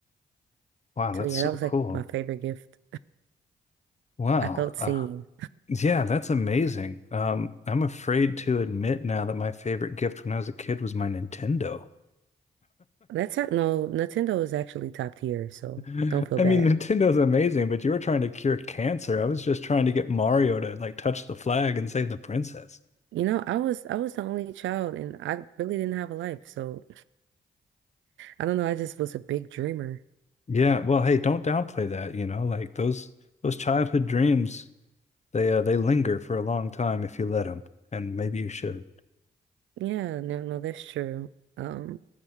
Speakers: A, on the left; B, on the right.
A: Wow,
B: so
A: that's
B: yeah,
A: so
B: that was
A: cool.
B: like my favorite gift.
A: Wow.
B: I felt seen.
A: Uh, yeah, that's amazing. Um, I'm afraid to admit now that my favorite gift when I was a kid was my Nintendo.
B: That's not, no, Nintendo is actually top tier, so
A: <laughs>
B: don't feel
A: I
B: bad.
A: mean, Nintendo's amazing, but you were trying to cure cancer. I was just trying to get Mario to like touch the flag and save the princess.
B: You know, I was I was the only child and I really didn't have a life, so I don't know, I just was a big dreamer.
A: Yeah, well, hey, don't downplay that, you know, like those those childhood dreams, they uh, they linger for a long time if you let them, and maybe you should.
B: Yeah, no, no, that's true. Um,